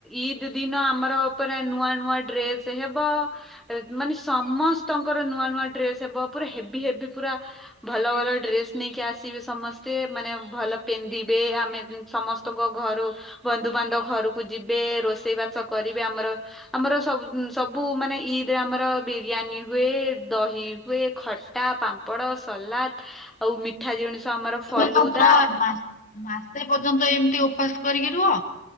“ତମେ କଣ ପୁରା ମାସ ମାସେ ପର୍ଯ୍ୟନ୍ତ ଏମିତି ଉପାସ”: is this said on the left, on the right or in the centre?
Left